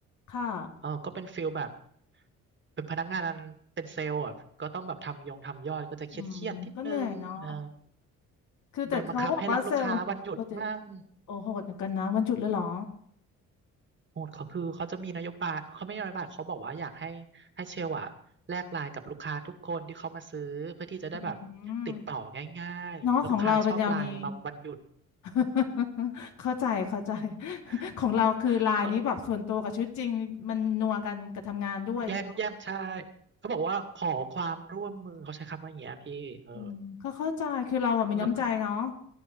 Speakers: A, on the left; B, on the right.
A: ค่ะ
B: เออก็เป็นฟิลแบบ เป็นพนักงานเป็นเซลล์อ่ะ ก็ต้องแบบทำยงทำยอดก็จะเครียดเครียดนิดนึงเออ
A: อืมก็เหนื่อยเนาะคือแต่เขาก็บอกว่าเซลล์โอ้แต่
B: โดนบังคับให้รับลูกค้าวันหยุดมั่ง
A: โอ้โหดเหมือนกันนะวันหยุดแล้วเหรอ
B: โหดเขาคือเขาจะมีนโยบายเขาไม่ใช่นโยบายเขาบอกว่าอยากให้ให้เชลอะแลกไลน์กับลูกค้าทุกคนที่เขามาซื้อเพื่อที่จะได้แบบติดต่อง่ายๆแล้วลูกค้าชอบไลน์มาวันหยุด
A: อืมเนาะของเราเป็นแนวนี้ <laughs> เข้าใจเข้าใจ <laughs>
B: <laughs>
A: ของเราคือไลน์นี้แบบส่วนตัวกับชีวิตจริงมันนัวกันกับทำงานด้วยเนาะ
B: เออแย่งแย่งใช่เขาบอกว่าขอความร่วมมือเขาใช้คำว่าอย่างเงี้ยพี่เออ
A: อืมก็เข้าใจคือเราอะมีน้ำใจเนาะ
B: แล้วก็